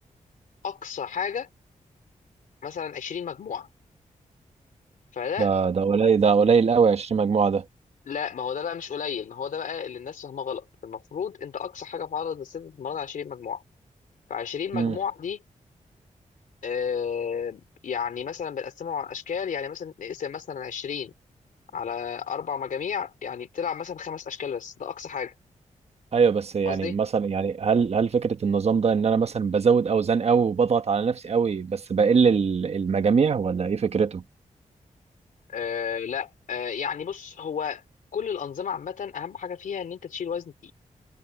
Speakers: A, on the left; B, on the right.
A: اقصى حاجه مثلا 20 مجموعه فده
B: ده ده قليل ده قليل قوي 20 مجموعه ده
A: لا ما هو ده بقى مش قليل ما هو ده بقى اللي الناس فاهمه غلط المفروض انت اقصى حاجه في عضله الصدر تتمرنها 20 مجموعه ف 20 مجموعه
B: امم
A: دي آه، يعني مثلا بنقسمهم على اشكال يعني مثلا نقسم مثلا 20 على اربع مجاميع يعني بتلعب مثلا خمس اشكال بس ده اقصى حاجه
B: ايوه بس يعني
A: قصدي
B: مثلا يعني هل هل فكره النظام ده ان انا مثلا بزود اوزان قوي وبضغط على نفسي قوي بس بقل ال- المجاميع ولا ايه فكرته
A: آه لا آه يعني بص هو كل الانظمه عامه اهم حاجه فيها ان انت تشيل وزن تقيل